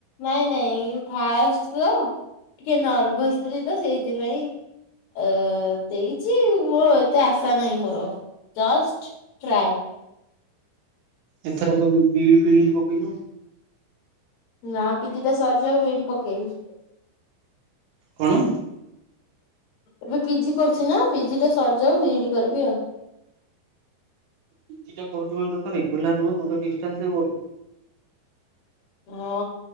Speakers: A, on the left; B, on the right.
A: ନାଇଁ ନାଇଁ ଫାଷ୍ଟ ତ ଟିକେ ନର୍ ଭସ୍ ବସିଥିଲି <unintelligible> ସେଇଥିପାଇଁ ଅ ଦେଇଛି ମୁଁ ଏତେ ଆଶା ନାହିଁ। ମୋର ଜଷ୍ଟ ପ୍ରାଇ <unintelligible>
B: ଏଥର କ ବିଇଡି ଫିଇଡି ପକେଇଲୁ?
A: ନା ପି ଜି ଟା ସରିଯାଉ ବିଇଡି ପକେଇବି।
B: କଣ?
A: ଏବେ ପିଜି କରୁଛି ନା ପିଜି ଟା ସରିଯାଉ ବିଇଡି କରିବି ଆଉ
B: ପିଜିଟା କରୁ <unintelligible> ମାନେ ତ ରେଗୁଲାର ନୁହଁ ତୁ ତ ଡିଷ୍ଟାନ୍ସ ରେ କରୁଛୁ?
A: ହଁ